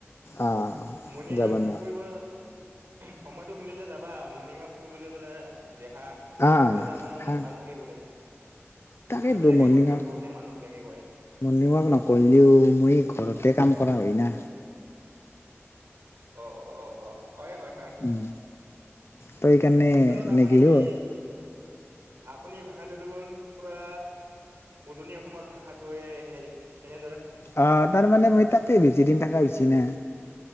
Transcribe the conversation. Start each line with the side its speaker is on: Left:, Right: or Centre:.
Left: আ
Right: মৰ্ণিং
Left: যাব
Right: ৱাক
Left: নোৱাৰা
Right: কৰিব সময়তটো মিলিলে যাবা মৰ্ণিং ৱাক কৰিলে বোলে। দেহা শৰীৰটো
Left: আ
Right: তাৰমানানে বোলে
Left: হা
Right: ভাল থাকে বোলে।
Left: তাকেতো
Right: মানুহ বিলাকে
Left: মৰ্ণিং
Right: কয় ন
Left: ৱাক,
Right: বহুতে মানুহ বিলাকে কয়
Left: মৰ্ণিং ৱাক নকৰিলেও মই ঘৰতে কাম কৰা হয় না।
Right: অ- অ - অ - অ, হয়- হয়- হয়।
Left: উম তই সেইকাৰণে
Right: পিছত আপুনি
Left: নেগিলেও
Right: কি
Left: হয়
Right: আপুনি ভাষাটো দেখোন পুৰা উজনি অসমৰ ভাষটোয়ে হে তেনে
Left: অ, তাৰমানানে মই তাাকেই বেজিদিন থকাছি না।